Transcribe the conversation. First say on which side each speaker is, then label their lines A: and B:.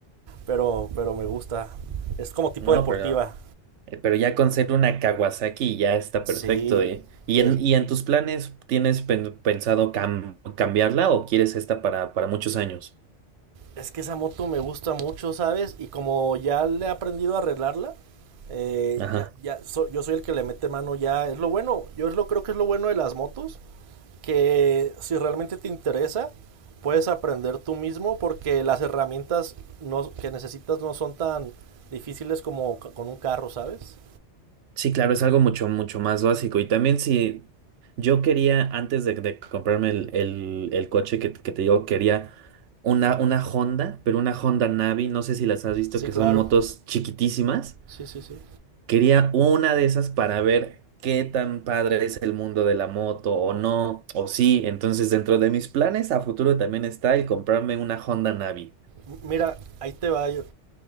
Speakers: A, on the right; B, on the right.
A: pero, pero me gusta. Es como tipo
B: No,
A: deportiva.
B: pero. Eh, Pero ya con ser una Kawasaki ya está
A: Sí,
B: perfecto, ¿eh? ¿Y
A: y
B: en,
A: es,
B: y en tus planes tienes pen- pensado cam- cambiarla o quieres esta para, para muchos años?
A: es que esa moto me gusta mucho, ¿sabes? Y como ya le he aprendido a arreglarla, eh,
B: Ajá.
A: ya, ya so- yo soy el que le mete mano ya. Es lo bueno, yo es lo creo que es lo bueno de las motos, que si realmente te interesa, puedes aprender tú mismo porque las herramientas no, que necesitas no son tan difíciles como ca- con un carro, ¿sabes?
B: Sí, claro, es algo mucho, mucho más básico. Y también si yo quería, antes de, de comprarme el, el- el coche que, que te digo, quería una, una Honda, pero una Honda Navi, no sé si las has visto,
A: Sí,
B: que
A: claro.
B: son motos chiquitísimas
A: Sí, sí, sí.
B: Quería una de esas para ver qué tan padre es el mundo de la moto o no, o sí. Entonces, dentro de mis planes a futuro también está el comprarme una Honda Navi.
A: M- Mira, ahí te va. yo-